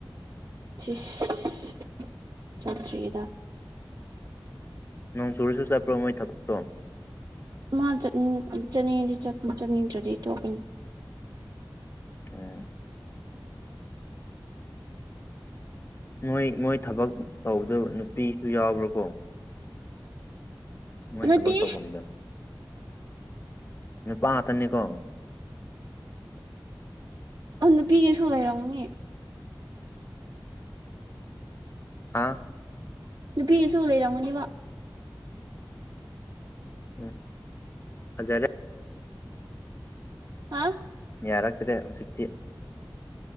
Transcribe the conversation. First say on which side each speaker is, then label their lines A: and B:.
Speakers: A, on the right (about 50°); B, on the left (about 30°).
A: <unintelligible> ꯆꯠꯇ꯭ꯔꯤꯗ
B: ꯅꯣꯡ ꯆꯨꯔꯁꯨ ꯆꯠꯄ꯭ꯔꯣ ꯃꯣꯏ ꯊꯕꯛꯇꯣ
A: ꯃꯥꯅ ꯆꯠꯅꯤꯡꯉꯗꯤ ꯆꯠꯅꯤꯡꯗ꯭ꯔꯗꯤ ꯊꯣꯛꯀꯅꯤ
B: ꯑ ꯃꯣꯏ ꯃꯣꯏ ꯊꯕꯛ ꯇꯧꯕꯗꯣ ꯅꯨꯄꯤꯁꯨ ꯌꯥꯎꯕ꯭ꯔꯥꯀꯣ ꯃꯣꯏ
A: ꯅꯠꯇꯦ
B: ꯊꯕꯛ ꯇꯧꯐꯝꯗꯕ ꯅꯨꯄꯥ ꯉꯥꯛꯇꯅꯤꯀꯣ
A: ꯑ ꯅꯨꯄꯤꯒꯤꯁꯨ ꯂꯩꯔꯝꯒꯅꯤ
B: ꯍꯥꯥ
A: ꯅꯨꯄꯤꯁꯨ ꯂꯩꯔꯝꯒꯅꯤꯕ
B: ꯎꯝ ꯐꯖꯔꯦ
A: ꯍꯥ
B: ꯌꯥꯔꯛꯇ꯭ꯔꯦ ꯍꯧꯖꯤꯛꯇꯤ